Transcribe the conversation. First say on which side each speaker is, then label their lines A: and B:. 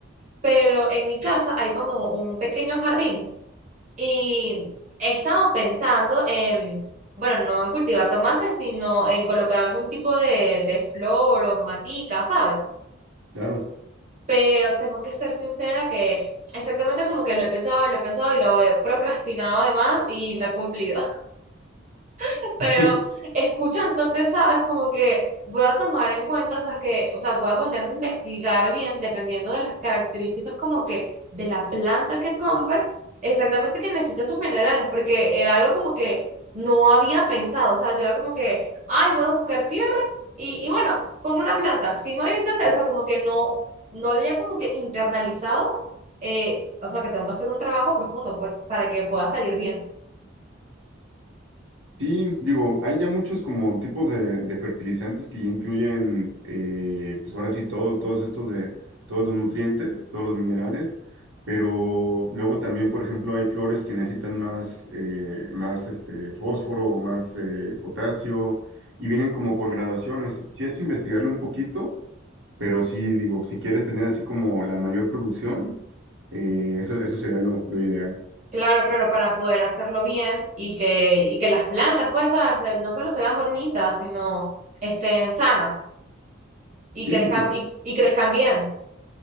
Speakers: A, on the right (about 40°); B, on the right (about 80°).
A: Pero en mi casa hay como un pequeño jardín y he estado pensando en, bueno, no en cultivar tomates, sino en colocar algún tipo de, de flor o matica, ¿sabes?
B: claro.
A: pero tengo que ser sincera que exactamente como que lo he pensado, lo he pensado y lo he procrastinado además y no he cumplido. <laughs> pero
B: <laughs>
A: escucha entonces sabes, como que voy a tomar en cuenta, o sea, que, o sea, voy a ponerme a investigar bien, dependiendo de las características como que de la planta que compre, exactamente que necesita esos minerales, porque era algo como que no había pensado, o sea, yo era como que, ay, voy a buscar tierra y, y bueno, pongo una planta, sí me voy a entender, o sea, como que no, no había como que internalizado, eh, o sea, que tengo que hacer un trabajo profundo, pues, para que pueda salir bien.
B: Sí, digo, hay ya muchos como tipos de, de fertilizantes que ya incluyen, eh, pues ahora sí, todo, todos estos de, todos los nutrientes, todos los minerales, pero luego también, por ejemplo, hay flores que necesitan más, eh, más este, fósforo o más eh, potasio y vienen como por gradaciones. Sí es investigarlo un poquito, pero sí, digo, si quieres tener así como la mayor producción, eh, eso, eso sería lo, lo ideal.
A: Claro, claro, para poder hacerlo bien y que, y que las plantas, pues, nada, se- no solo se vean bonitas, sino estén sanas y
B: Sí,
A: crezcan,
B: y que,
A: y, y crezcan bien.